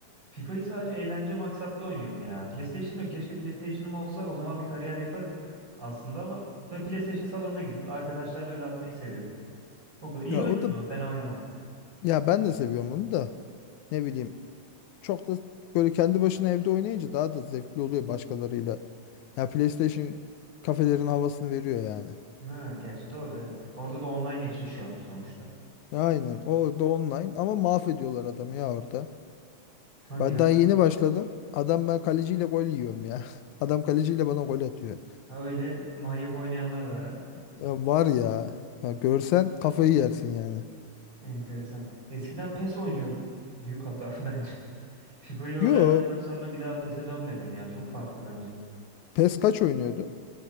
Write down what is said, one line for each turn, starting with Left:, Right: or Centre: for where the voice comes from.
Right: FIFA'yı sadece eğlence maksatlı oynuyorum ya. PlayStation'ım yok. Keşke PlayStation'ım olsa o zaman bir kariyer yaparım aslında ama böyle PlayStation salonuna gidip arkadaşlarla öyle atmayı seviyorum. O kadar iyi
Left: Ya
Right: oynarım
Left: o da
Right: ama fena oynamam.
Left: ya ben de seviyorum onu da. Ne bileyim çok da böyle kendi başına evde oynayınca daha da zevkli oluyor başkalarıyla. Ya PlayStation kafelerin havasını veriyor yani.
Right: Ha, gerçi doğru evet. Orada da online eşleşiyorsun sonuçta.
Left: Aynen. Orada online ama mahvediyorlar adamı ya orada.
Right: Hadi
Left: Ben
Right: ya.
Left: daha yeni başladım. Adam ben kaleciyle gol yiyorum ya. <laughs> Adam kaleciyle bana gol atıyor.
Right: Ha, öyle manyak oynayanlar var ha.
Left: Ya var ya. Ya görsen kafayı yersin yani.
Right: Enteresan. Eskiden PES oynuyordum. Büyük hata <laughs> bence. FIFA'yı öğrendikten
Left: Yo,
Right: sonra bir daha PES'e dönmedim ya. Çok farklı bence.
Left: PES kaç oynuyordu?